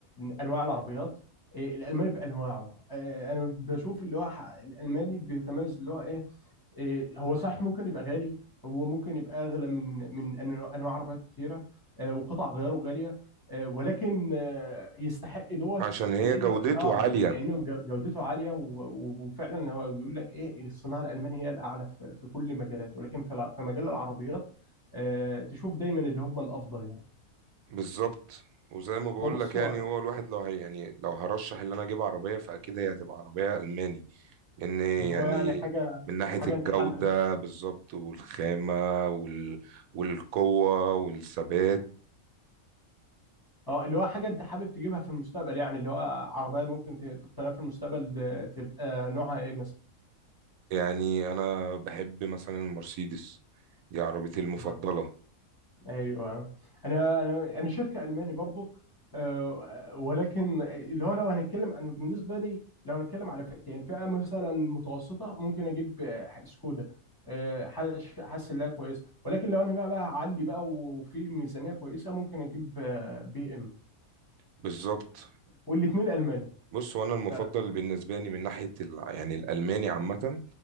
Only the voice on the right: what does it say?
عشان هي
جودته
عالية
بالظبط وزي ما بقول
لك يعني
هو الواحد لو هي يعني لو هرشح ان انا اجيب عربية فاكيد هي هتبقى عربية ألماني لان يعني
من ناحية
الجودة
بالظبط والخامة وال... والقوة والثبات
يعني انا بحب مثلا المرسيدس دي عربيتي المفضلة
بالظبط
بص وانا المفضل
بالنسبة لي من ناحية ال... يعني الالماني عامة